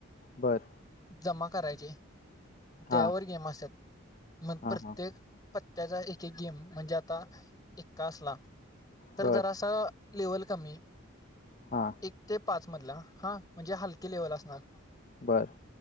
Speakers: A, on the left; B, on the left.
A: बरं-
B: जमा करायचे त्यावर
A: हा
B: गेम असत मग
A: हा
B: प्रत्येक-
A: हा
B: पत्त्याचा एक- एक गेम म्हणजे आता एक्का असला तर
A: बर
B: जरा असा- लेवल कमी
A: हा
B: एक ते पाच मधला हा म्हणजे हलकी लेवल असणार-
A: बर-